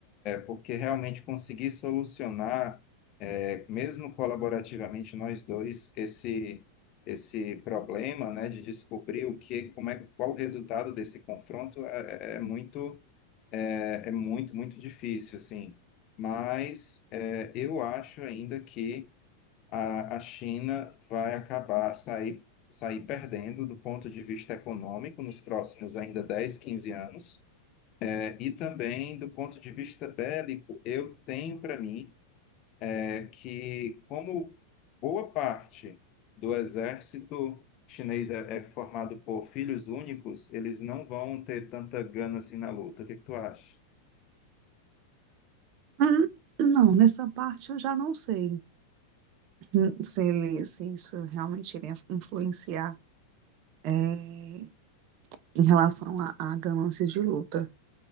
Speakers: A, on the left; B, on the right.
A: porque realmente conseguir solucionar, é, mesmo colaborativamente nós dois, esse esse problema, né, de descobrir o que, como é, qual o resultado desse confronto é, é é muito é, é muito muito difícil, assim. Mas é, eu acho ainda que a, a China vai acabar sair sair perdendo do ponto de vista econômico nos próximos ainda 10, 15 anos e também, do ponto de vista bélico, eu tenho para mim é que, como boa parte do exército chinês é, é formado por filhos únicos, eles não vão ter tanta gana assim na luta. O que que tu acha?
B: Hum, Não, nessa parte eu já não sei hum, se ele, se isso realmente iria influenciar é, em relação à à ganância de luta.